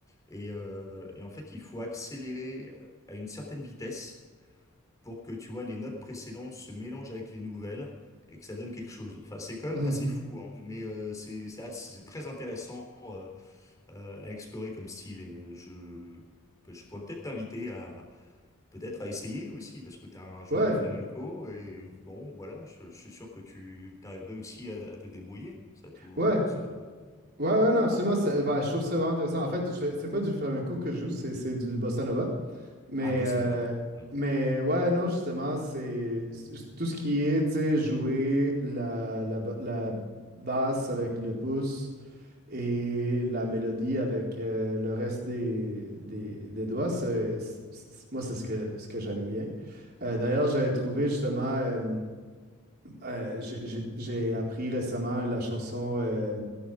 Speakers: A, on the left; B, on the right.
A: Et, euh, et en fait, il faut accélérer euh, à une certaine vitesse pour que, tu vois, les notes précédentes se mélangent avec les nouvelles et que ça donne quelque chose. Enfin, c'est quand même
B: Mhm.
A: assez fou, hein, mais euh, c'est c'est assez- c'est très intéressant euh, euh, à explorer comme style et je, ben, je pourrais peut-être t'inviter à peut-être à essayer aussi parce que tu es un joueur
B: Ouais,
A: de flamenco et bon, voilà, je, je suis sûr que tu t'arriverais aussi à, à te débrouiller. Ça tout,
B: ouais.
A: ça tout.
B: Ouais, ouais, non, absolument. c'est- ben, je trouve ça vraiment intéressant. En fait, je- c'est pas du flamenco que je joue, c'est c'est du bossa nova. Mais,
A: Ah, bossa
B: euh,
A: nova, pardon. Oui.
B: mais ouais, non, justement, c'est c'est- tout ce qui est, tu sais, jouer la, la, ba- la basse avec le pouce et la mélodie avec euh, le reste des, des, des doigts, c'est, c'est- c'est- moi, c'est ce que, ce que j'aime bien. Euh, d'ailleurs, j'avais trouvé justement, euh, euh, j'ai j'ai- j'ai appris récemment la chanson euh,